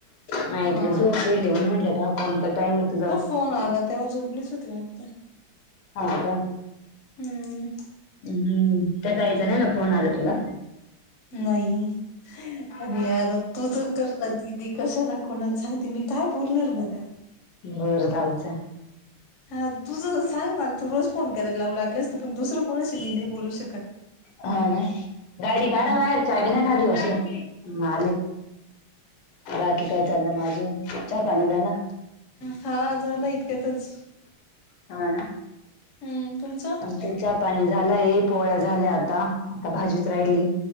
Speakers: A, on the left; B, on the left.
A: नाही
B: हा.
A: ऐकलं झोपलेली म्हणून म्हटलं हा कोणता टाईम आहे तुझा.
B: फोन आला तेव्हा झोपलीच होती वाटत.
A: हा का.
B: हम्म.
A: हम्म, त्या ताईचा नाही ना फोन आला तुला?
B: नाही. अरे यार तुझ कर ना दिदी कशा ना कोणाला सांगते मी काय बोलणार बर.
A: बर जाऊ जा.
B: हा तुझ सांग मला तू रोज फोन करायला लावू लागलेस. तर पण दुसरं कोणाशी मी नाही बोलू शकत.
A: हा ना गाडी
B: हम्म
A: काढाबाहेर. चाबी नाही काढली वाटते हम आले बाकी काय चाललं मग अजून चहा पाणी झाला.
B: हा झाला इतक्यातच.
A: हा.
B: हम्म तुमचं
A: तिचा पाणी झाला ये पोळ्या झाल्या आता आता भाजीच राहिली.